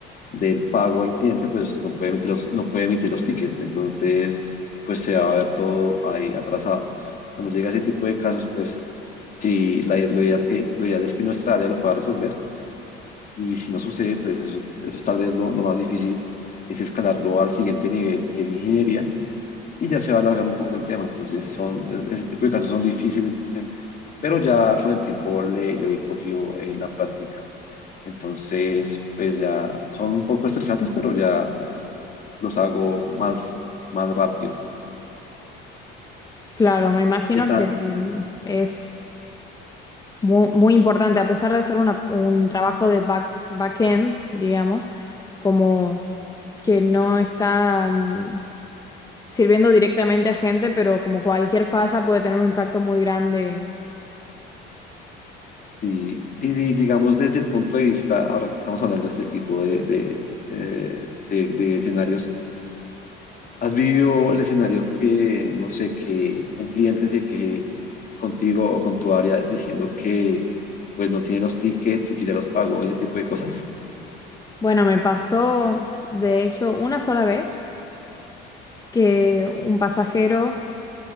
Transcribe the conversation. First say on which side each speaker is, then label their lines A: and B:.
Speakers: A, on the left; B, on the left.
A: del pago del cliente, pues no puede emitir los, no puede emitir los tickets. Entonces, pues se va a ver todo ahí atrasado. Cuando llega ese tipo de casos, pues sí, la, lo ideal es que, lo ideal es que nuestra área lo pueda resolver y si no sucede, pues eso, es- eso es tal vez lo, lo más difícil, es escalarlo al siguiente nivel, que es ingeniería, y ya se va a alargar un poco el tema. Entonces, son, e- ese tipo de casos son difíciles, pero ya con el tiempo le, le he cogido eh, la práctica. Entonces, pues ya son un poco estresantes, pero ya los hago más, más rápido.
B: Claro, me imagino
A: ¿Qué tal?
B: que em, es mu- muy, importante, a pesar de ser una- un trabajo de back, back-end, digamos, como que no está mm, sirviendo directamente a gente, pero como cualquier falla puede tener un impacto muy grande.
A: Y, y di- digamos desde el punto de vista, ahora que estamos hablando de este tipo de, de, eh, de de escenarios, ¿Has vivido el escenario que, no sé, que un cliente se queje contigo o con tu área diciendo que pues no tiene los tickets y que ya los pagó, ese tipo de cosas?
B: Bueno, me pasó, de hecho, una sola vez que un pasajero